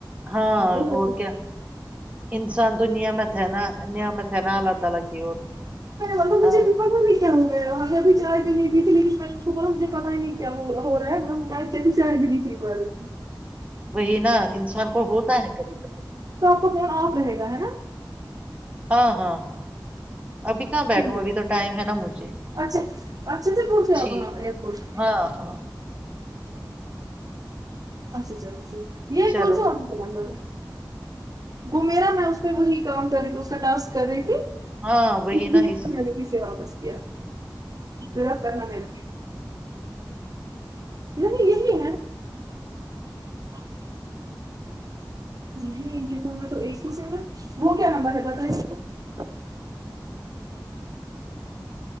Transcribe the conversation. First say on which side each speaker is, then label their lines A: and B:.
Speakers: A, on the right (about 15°); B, on the right (about 50°).
A: ہاں
B: بہت
A: اور کیا <unintelligible> سان دنیا میںتے ہے نا <unintelligible> <unintelligible>
B: میں نے بولا تو مجھے
A: ہاں
B: بھی
A: <unintelligible>
B: پتا نہیں کیا ہوا ہے ہمیں بھی چائے بھی نہیں پیتی لیکن کو مجھے پتا ہی نہیں کیا ہو رہا ہے بھی چائے بھی نہیں پی پا رہی تھی <unintelligible>
A: وہی نا انسان کو ہوتا ہے کبھی کبھی
B: مون آف رہے گا ہے نا <unintelligible>
A: ہاں ہاں ہاں <unintelligible> کہاں بیٹھوں
B: ج
A: ابھی تو ٹائم ہے نا مجھے
B: اچھا اچھا جی پہنچ جپ
A: ٹھیک
B: ہ ایرپورٹ
A: ہاں
B: <unintelligible>
A: ہاں
B: اچھا چلو جھیک <unintelligible> یہ یہ
A: چلو
B: کوسو آپ ب گل <unintelligible> وہ میرا میں اس پہ وہی کام کر رہی تھی اس کا ٹاسک کر رہی تھی
A: ہاں <unintelligible> وہ
B: اس
A: یہ
B: لیے
A: نا ہسری
B: میں نے
A: <unintelligible>
B: اسے واپس کیا پورا کرنا میرے <unintelligible> نہیں یہی ہے <unintelligible> نہیں ان میں تو ایک ہی س وہ کیا نمبر ہے بت <unintelligible>